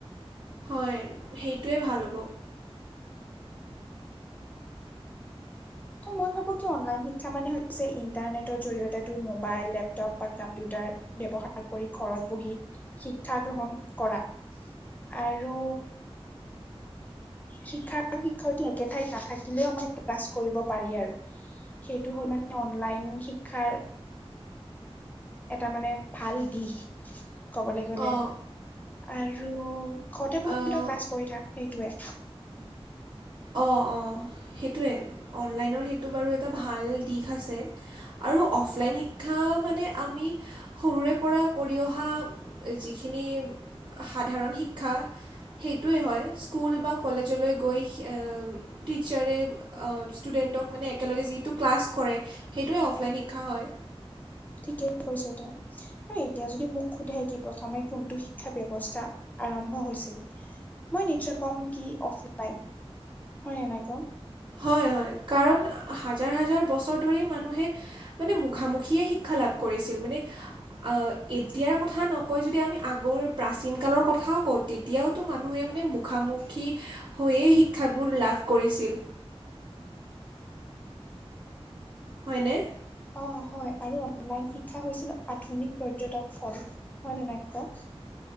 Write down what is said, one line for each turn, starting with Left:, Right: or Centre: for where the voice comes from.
Right: হয় সেইটোৱে ভাল হ'ব
Left: ত মই ভাবো কি অনলাইন শিক্ষা মানে ইণ্টাৰনেটৰ জৰিয়তে ত মোবাইল লেপটপ বা কম্পিউটাৰ ব্যৱহাৰ কৰি ঘৰত বহি শিক্ষা গ্ৰহণ কৰা আৰু শিক্ষা আৰু শিক্ষাৰ্থী একে ঠাইত নাথাকিলেও মানে ক্লাছ কৰিব পাৰি আৰু সেইটো হ'ল মানে অনলাইন শিক্ষাৰ এটা মানে ভাল দিশ ক'বলৈ গ'লে
Right: অঁ
Left: আৰু ঘৰতে পঢ়ি
Right: অঁ
Left: তই ক্লাছ কৰি থাক সেইটোৱে
Right: অ অ সেইটোৱে অনলাইনৰ সেইটো বাৰু এটা ভাল দিশ আছে আৰু অফলাইন শিক্ষা মানে আমি সৰুৰে পৰা কৰি অহা যিখিনি সাধাৰণ শিক্ষা সেইটোৱেই হয় স্কুল বা কলেজলৈ গৈ এ টিচাৰে ষ্টুডেণ্টক মানে একেলগে যি টো ক্লাছ কৰে সেইটোৱে অফলাইন শিক্ষা হয়
Left: ঠিকে কৈছ তই আৰু এতিয়া যদি মোক সোধে কি প্ৰথমে কোনটো শিক্ষা ব্যৱস্থা আৰম্ভ হৈছিল মই নিশ্চয় কম কি অফলাইন হয় নে নাই ক
Right: হয় হয় কাৰণ হাজাৰ হাজাৰ বছৰ ধৰি মানুহে মানে মুখামুখিয়ে শিক্ষা লাভ কৰিছিল মানে আ এতিয়াৰ কথা নকয় যদি আমি আগৰ প্ৰাচীন কালৰ কথাও কওত তেতিয়াওঁতো মানুহে মানে মুখামুখি হৈয়ে শিক্ষাবোৰ লাভ কৰিছিল। হয়নে?
Left: অ', হয় আৰু অনলাইন শিক্ষা হৈছিল আধুনিক পৰ্যটক ফল হয় নে নাই ক?